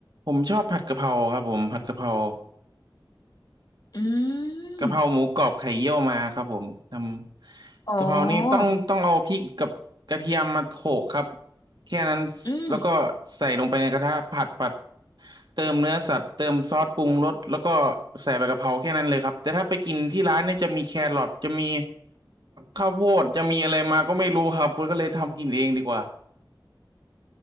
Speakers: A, on the right; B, on the left.
A: ผมชอบผัดกะเพราครับผมผัดกะเพรา
B: อื
A: กะเพราหมูกรอบไข่เยี่ยวมาครับผมท
B: ม
A: ำกะเพรานี่ต้องต้องเอาพริกกับกระเทียมมาโขลกครับ
B: อ๋อ
A: แค่นั้น
B: อืม
A: แล้วก็ใส่ลงไปในกระทะผัดผัด เติมเนื้อสัตว์เติมซอสปรุงรสแล้วก็ใส่ใบกะเพราแค่นั้นเลยครับแต่ถ้าไปกินที่ร้านเนี่ยจะมีแครอทจะมีข้าวโพดจะมีอะไรมาก็ไม่รู้ครับผมก็เลยทำกินเองดีกว่า